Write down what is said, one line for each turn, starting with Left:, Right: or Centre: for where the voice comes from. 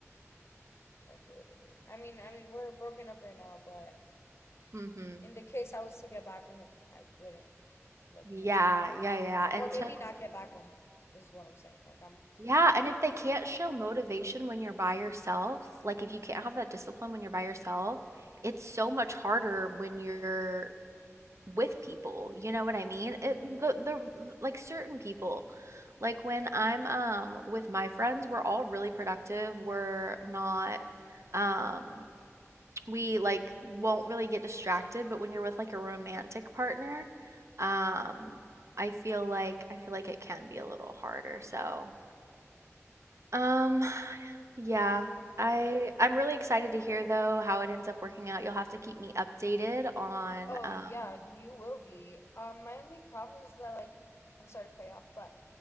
Left: Like literally. I mean, I mean we're broken up right now, but
Right: mhm.
Left: in the case I was to get back with him, I wouldn't live
Right: Yeah,
Left: with him.
Right: yeah, yeah,
Left: Or
Right: until
Left: maybe not get back with him, is what I'm saying. Like I'm,
Right: yeah,
Left: you know.
Right: and if they can't show motivation when you're by yourself, like, if you can't have that discipline when you're by yourself, it's so much harder when you're with people, you know what I mean?
Left: Mm-hmm.
Right: It the the like, certain people, like, when I'm, um, with my friends, we're all really productive, we're not, um we like won't really get distracted, but when you're with like a romantic partner, um, I feel like I feel like it can be a little harder. So, um, <sighs> yeah, I I'm really excited to hear though how it ends up working out. You'll have to keep me updated on
Left: Oh
Right: um
Left: yeah, you will be. Um, my only problem is that like I'm sorry to cut you off, but